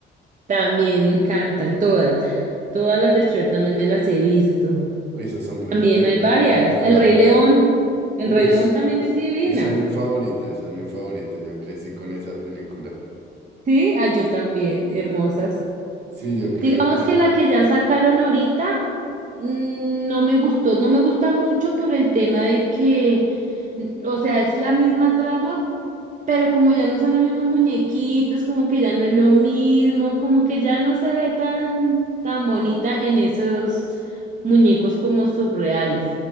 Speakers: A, on the right; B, on the right.
A: También me encantan todas. Todas las de Shrek también me las he visto.
B: Uy, esas son pre-
A: También
B: pre-
A: hay
B: películas
A: varias.
B: muy elaboradas.
A: El Rey León. El
B: Uy,
A: Rey León también es divina.
B: esa es mi favorita, esa es mi favorita. Yo crecí con esa película.
A: Sí, ah, yo también. Hermosas.
B: Sí, yo creo
A: Digamos
B: que
A: que la que ya sacaron ahorita mm, no me gustó, no me gusta mucho por el tema de que, mm, o sea, es la misma trama, pero como ya no son los mismos muñequitos, como que ya no es lo mismo, como que ya no se ve tan, tan bonita en esos muñecos como surreales.